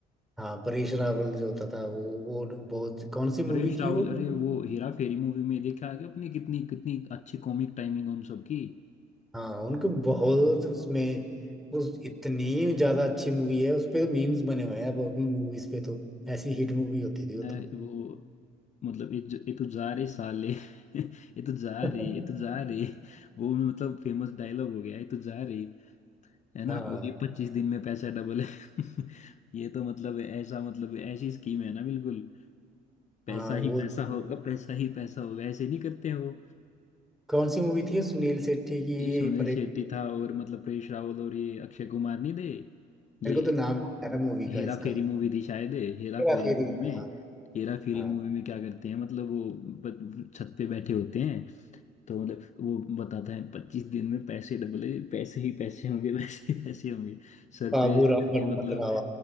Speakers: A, in the centre; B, on the left (about 45°).
A: हाँ परेश रावल जो होता था वो वो बहुत कौन सी
B: परेश
A: मूवी
B: रावल
A: थी वो
B: अरे वो हेरा फेरी मूवी में देखा है कि अपने कितनी कितनी अच्छी कॉमिक टाइमिंग उन सब की
A: हाँ उनके बहुत उसमें उस इतनी ज्यादा अच्छी मूवी है उस पे तो मीम्स बने हुए हैं अब उन मूवीज पे तो ऐसी हिट मूवी होती थी वो
B: अ,
A: तो
B: वो मतलब ये जो- ये तो जा रे साले <laughs> ये तो जा
A: <laughs>
B: रे ये तो जा रे वो मतलब फेमस डायलॉग हो गया ये तो जा रे है ना
A: हाँ
B: और ये पच्चीस दिन में पैसा डबल है <laughs> ये तो मतलब ऐसा मतलब ऐसी स्कीम है ना बिल्कुल पैसा
A: हाँ वो
B: ही पैसा होगा पैसा ही पैसा होगा ऐसे नहीं करते हैं वो
A: कौन सी मूवी थी ये? सुनील शेट्टी की
B: ये सुनील
A: परे
B: शेट्टी था और मतलब परेश रावल और ये अक्षय कुमार नहीं थे
A: मेरे
B: ये
A: को तो नाम नहीं आ रहा मूवी का
B: हेरा
A: इसका
B: फेरी मूवी थी शायद हेरा
A: हेरा
B: फेरी
A: फेरी
B: मूवी
A: हाँ
B: में हेरा फेरी
A: हाँ।
B: मूवी में क्या करते हैं मतलब वो ब- छत पे बैठे होते हैं तो मतलब वो बताता है पच्चीस दिन में पैसे डबल है पैसे ही पैसे होंगे <laughs> वैसे ही पैसे होंगे सर
A: बाबू
B: पे ऐसे करके
A: राव गणपत
B: मतलब
A: राव